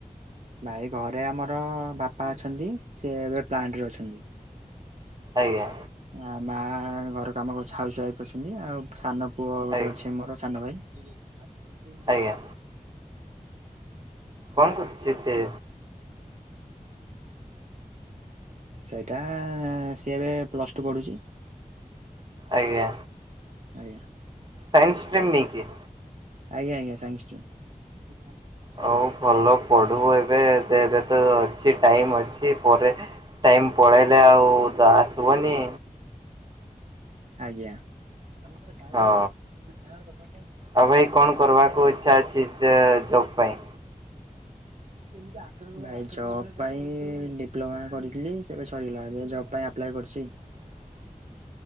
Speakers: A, on the right; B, on the right.
A: ଭାଇ ଘରେ ଆମର ବାପା ଅଛନ୍ତି ସେ ଏବେ ପ୍ଲାଣ୍ଟରେ ଅଛନ୍ତି।
B: ଆଜ୍ଞା।
A: ଆ ମା ଘର କାମକରୁ ହାଉସ୍ ୱାଇଫି‌ ଅଛନ୍ତି ଆଉ ସାନ ପୁଅ ଗୋଟେ
B: ଆଜ୍ଞା
A: ଅଛି ମୋର ସାନ ଭାଇ।
B: ଆଜ୍ଞା କଣ କରୁଛି ସେ?
A: ସେଇଟା ସିଏ ଏବେ ପ୍ଲସ ଟୁ ପଢୁଛି।
B: ଆଜ୍ଞା।
A: ଆଜ୍ଞା।
B: ସାଇନ୍ସ୍ ଷ୍ଟ୍ରିମ୍ ନେଇକି
A: ଆଜ୍ଞା ଆଜ୍ଞା ସାଇନ୍ସ୍ ଷ୍ଟ୍ରିମ୍।
B: ହଉ ଭଲ ପଢୁ ଏବେ ଏବେ ଅଛି ଟାଇମ ଅଛି ପରେ ଟାଇମ ପଳେଇଲେ ଆଉ ତ ଆସିବନି।
A: ଆଜ୍ଞା <unintelligible>
B: ହଁ। ଆଉ ଭାଇ କଣ କରିବାକୁ ଇଚ୍ଛା ଅଛି ଜବ ପାଇଁ?
A: ଭାଇ ଜବ ପାଇଁ ଡିପ୍ଲୋମା କରିଥିଲି ସେବେ ସରିଲା ଏବେ ଜବ ପାଇଁ ଆପଲାଇ କରିଛି।
B: <inaudible>